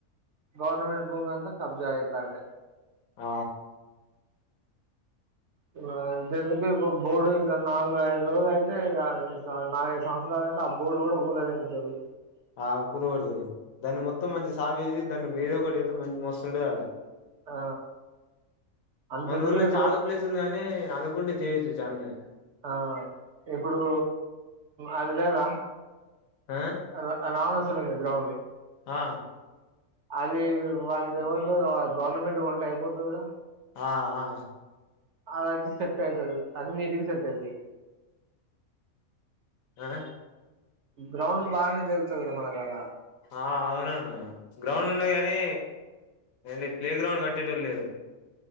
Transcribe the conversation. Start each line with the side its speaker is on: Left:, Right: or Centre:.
Right: గవర్నమెంట్ భూమి అంతా కబ్జా ఐతండే
Left: ఆ
Right: ఇగ అంతేందుకు ఇప్పుడు బోర్డు ఇంకా నాలుగు ఐదు రోజులు అయితే ఇగ నాలుగు ఐదు సంవత్సరాలు అంటే ఆ బోర్డు కూడా! !!!!!!!!!
Left: ఆ కూల కొడుతరు దాన్ని మొత్తం మంచి సాపేసి దాన్ని వేదో ఒక చేస్తె మస్తుంటది ఆడ
Right: ఆ అంతెందుకు
Left: మన ఊళ్లే
Right: ఇప్పుడు
Left: చాలా ప్లేస్ ఉంది అని అనుకుంటే చేయ్యొచ్చు చాన్నే
Right: ఆ ఇప్పుడు అది లేదా
Left: ఆ
Right: ర రావణాసురుని గ్రౌండు
Left: ఆ
Right: అది వాందేవనిదో గవర్నమెంట్ కొంటె అయిపోతది కదా
Left: ఆ ఆ
Right: అదయితే సెట్ ఐతది అన్నింటికి సెట్ ఐతది
Left: అ
Right: గ్రౌండ్ బాగానే జరుగుతది కదా మనకాడ
Left: ఆ అవునన్న గ్రౌండ్ లు ఉన్నయి గనీ అండ్ ప్లే గ్రౌండ్ కట్టేటోళ్లు లేరు